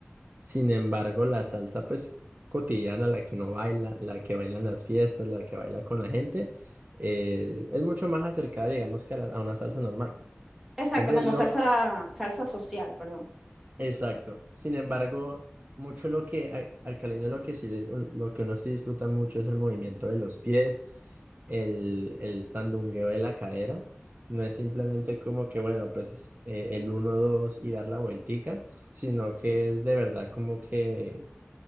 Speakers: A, on the right; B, in the centre.
A: Sin embargo, la salsa, pues, cotidiana, la que no baila, la que baila en las fiestas, la que baila con la gente, eh, es mucho más acercada, digamos, que a la- a una salsa normal.
B: Exacto,
A: ¿Me entiendes?
B: como
A: Lo,
B: salsa, salsa social, perdón.
A: exacto. Sin embargo, mucho lo que al, al caleño lo que sí le- lo que uno sí disfruta mucho es el movimiento de los pies, el, el sandungueo de la cadera. No es simplemente como que, bueno, pues es, eh, el uno dos y dar la vueltica, sino que es de verdad como que,